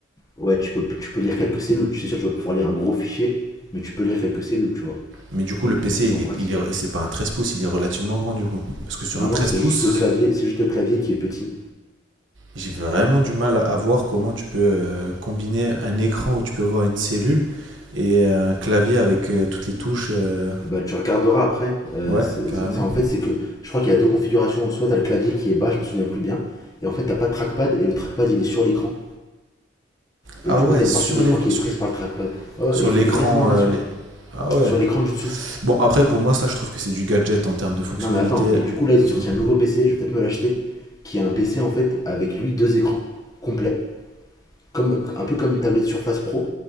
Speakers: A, on the left; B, on the right.
A: ouais, tu peux, tu peux lire quelques cellules. Tu sais sûr, tu vas pouvoir lire un gros fichier, mais tu peux lire quelques cellules, tu vois.
B: Mais du coup, le PC,
A: C'est toujours
B: il
A: pratique.
B: est, il est, c'est pas un 13 pouces, il est relativement grand, du coup. Parce que sur
A: Non,
B: un 13
A: non, c'est
B: pouces,
A: juste le clavier, c'est juste le clavier qui est petit.
B: j'ai vraiment du mal à- à voir comment tu peux euh, combiner un écran où tu peux voir une cellule et un clavier avec euh, toutes les touches. euh,
A: Bah, tu regarderas après. euh,
B: Ouais,
A: c'est-
B: carrément.
A: c'est- c'est- en fait, c'est que je crois qu'il y a deux configurations. Soit t'as le clavier qui est bas, je me souviens plus bien, et en fait t'as pas de trackpad et le trackpad il est sur l'écran. Et
B: Ah
A: du
B: ouais,
A: coup t'as
B: sur
A: une partie de l'écran
B: l'écran.
A: qui
B: Sur,
A: est prise par le trackpad. Ouais, ouais,
B: sur
A: ils font
B: l'écran.
A: des vraies innovations
B: euh, les- Ah ouais.
A: sur l'écran du dessous.
B: Bon, après, pour moi, ça, je trouve que c'est du gadget en termes de fonctionnalité.
A: Non mais attends, et du coup là ils
B: Dis-moi.
A: ont sorti un nouveau PC, je vais peut-être me l'acheter, qui est un PC en fait avec lui deux écrans complets, comme, un peu comme une tablette Surface Pro,